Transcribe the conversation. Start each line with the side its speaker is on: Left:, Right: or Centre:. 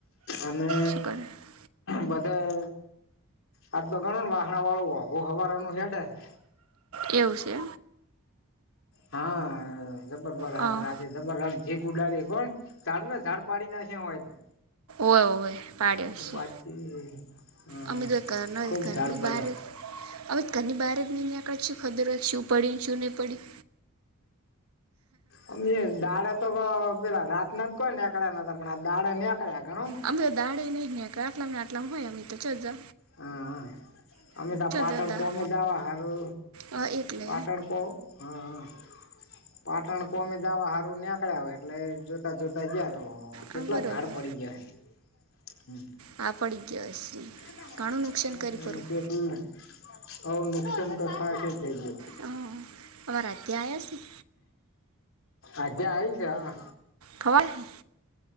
Left: અને.
Right: શું કરે
Left: બધા આટતો ગણને વાહણાવાળું ઓઘું હવારનું હેટે હે
Right: એવું છે.
Left: હા જબર વારહાદ
Right: હા
Left: રાતી જબર જીકુ ઉડાડી કોણ. સારું ને ઝાડ પાડી નાખ્યા હોય તો.
Right: ઓય હોવેય પાડ શી
Left: બાકી હમ
Right: અમે તો કરના હોય
Left: ખુબ
Right: ઘરની
Left: ઝાડ પડ્યા
Right: બાર. હમે ઘરની બહાર જ નીન્યા કાચુ ખડોરો શું પડી ને શું નહીં પડી.
Left: અમેઇ દાળ. તો પેલા રાત ના જ કોઈ નીકળ્યા નતા પણ આ દાળે નીક્યા ગણો ને.
Right: આમેતો દાડે નહીજ નેં આટલામને આટલામ હોય અમિત તો જ.
Left: હાઆ અમે તો આ પાટણ
Right: દાળ
Left: કોમે દવા હારુ
Right: હા એટલે
Left: પાટણકો હા હા પાટણ કોમે જાવા હારું નેકળ્યા હોય એટલે જોતા જોતા જયા કર્હો ઓર
Right: હા
Left: કેટલા
Right: બરોબર
Left: ઝાડ પડી ગયા, હમ્મ
Right: હા પડી ગયા હશે
Left: <unintelligible>
Right: ઘણું નુકસાન કરી પડવું
Left: આવું નુકસાન તો ખાશુ થઈ ગાયો.
Right: હા અમારા ત્યાં આશી
Left: આજે આવીશા
Right: ખવાહે